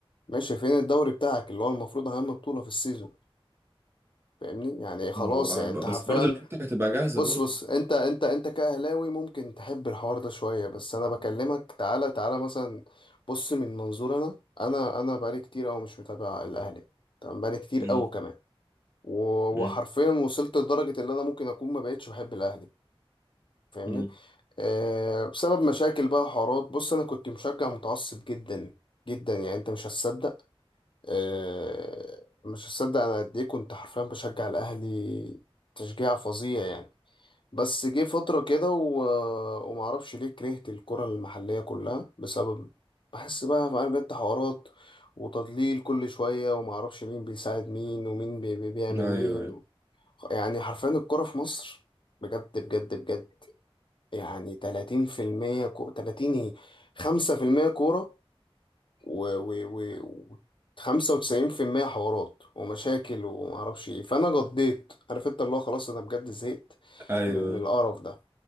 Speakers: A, on the left; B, on the right.
A: ماشي فين الدوري بتاعك اللي هو المفروض اهم بطوله في السيزون فاهمني يعني خلاص
B: ما هو
A: يعني انت
B: بس
A: حرفيا
B: برضه الانتر هتبقى جاهزه
A: بص
B: برضه
A: بص انت انت انت كاهلاوي ممكن تحب الحوار ده شويه بس انا بكلمك تعالى تعالى مثلا بص من منظور انا انا انا بقالي كتير قوي مش متابع الاهلي تمام بقالي كتير
B: امم
A: قوي كمان و-
B: امم
A: وحرفيا وصلت لدرجه ان انا ممكن اكون ما بقتش بحب الاهلي فاهمني
B: امم
A: آه بسبب مشاكل بقى وحوارات بص انا كنت مشجع متعصب جدا جدا يعني انت مش هتصدق آه، مش هصدق انا قد ايه كنت حرفيا بشجع الاهلي تشجيع فظيع يعني بس جه فترة كده و... ومعرفش ليه كرهت الكرة المحلية كلها بسبب بحس بقى عارف انت حوارات وتضليل كل شوية ومعرفش مين بيساعد مين ومين بي... بي- بيعمل
B: ايوه
A: مين يعني حرفيا الكرة في مصر بجد بجد بجد يعني 30% كو... 30 ايه 5% كورة و و و 95% حوارات ومشاكل ومعرفش ايه فانا قضيت عارف انت اللي هو خلاص انا بجد زهقت
B: ايوه
A: من من القرف ده